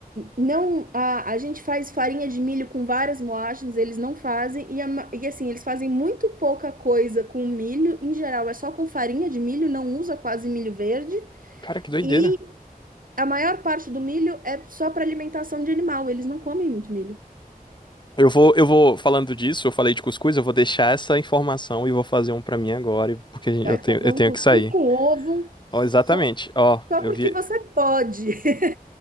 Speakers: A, on the right; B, on the left.
A: Não, a, a gente faz farinha de milho com várias moagens, eles não fazem. E, a ma- e assim, eles fazem muito pouca coisa com milho. Em geral, é só com farinha de milho, não usa quase milho verde.
B: cara, que doideira.
A: E a maior parte do milho é só para alimentação de animal. Eles não comem muito milho.
B: Eu vou, eu vou falando disso, eu falei de cuscuz, eu vou deixar essa informação e vou fazer um pra mim agora, porque eu
A: Vai
B: tenho,
A: fazer
B: eu
A: um
B: tenho
A: cuscuz
B: que sair.
A: com ovo,
B: Ó,
A: só,
B: exatamente. Ó,
A: só
B: eu
A: porque
B: vi,
A: você pode. <laughs>